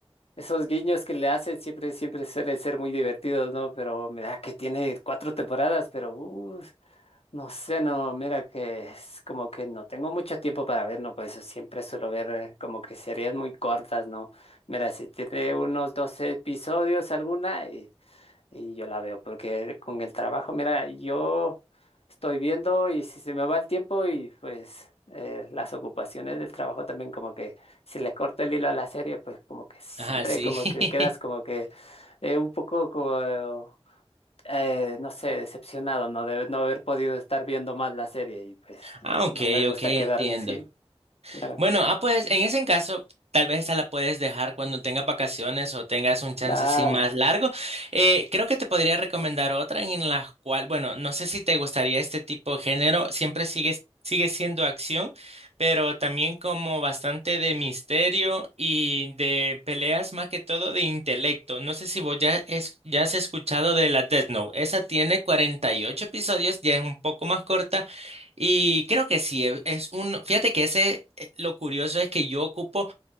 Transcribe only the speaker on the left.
Esos guiños que le hacen siempre, siempre suelen ser muy divertidos, ¿no? Pero mira que tiene cuatro temporadas, pero uh, no sé, no, mira que es como que no tengo mucho tiempo para ver, ¿no? Por eso siempre suelo ver eh, como que series muy cortas, ¿no? Mira, si tiene unos 12 episodios alguna, y yo la veo, porque con el trabajo, mira, yo estoy viendo y si se me va el tiempo y pues eh, las ocupaciones del trabajo también como que si le corto el hilo a la serie, pues como que siempre
como
que quedas como que eh, un poco como, eh, no sé, decepcionado, ¿no? De no haber podido estar viendo más la serie y pues
eh,
no me gusta
quedarme así. Claro,
claro.